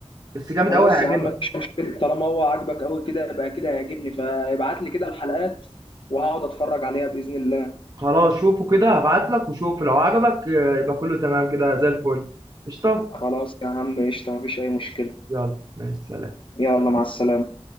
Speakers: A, on the right; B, on the left.
A: بس جامد
B: خلاص
A: قوي هيعجبك
B: يا عم مفيش مشكله طالما هو عاجبك قوي كده يبقى كده هيعجبني فابعت لي كده الحلقات وهقعد اتفرج عليها باذن الله
A: خلاص شوفه كده هبعت لك وشوف لو عجبك آه، يبقى كله تمام كده زي الفل قشطة
B: خلاص يا عم قشطه مفيش اي مشكله
A: يلا مع السلامة
B: يلا مع السلامه